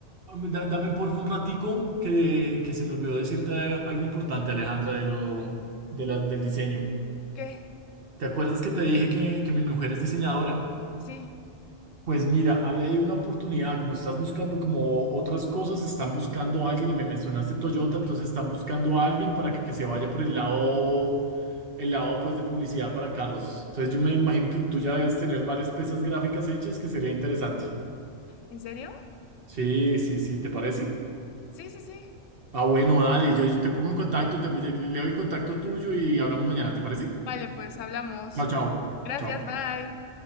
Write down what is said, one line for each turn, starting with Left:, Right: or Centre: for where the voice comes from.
Right: da- dame porfa un ratico que, que se me olvidó decirte algo importante, Alejandra, de lo, de la- del diseño.
Left: ¿Qué?
Right: ¿Te acuerdas que te dije que, que mi mujer es diseñadora?
Left: Sí.
Right: Pues mira, ahí hay una oportunidad, como estás buscando como otras cosas, están buscando a alguien y me mencionaste Toyota, entonces están buscando a alguien para que se vaya por el lado, el lado pues de publicidad para carros. Entonces yo me imagino que tú ya debes tener varias piezas gráficas hechas que sería interesante.
Left: ¿En serio?
Right: Sí, sí, sí, ¿te parece?
Left: Sí, sí, sí.
Right: Ah, bueno, dale, yo, yo te pongo en contacto, te leo el contacto tuyo y hablamos mañana, ¿te parece?
Left: Vale, pues hablamos.
Right: Chao, chao,
Left: Gracias,
Right: chao.
Left: bye.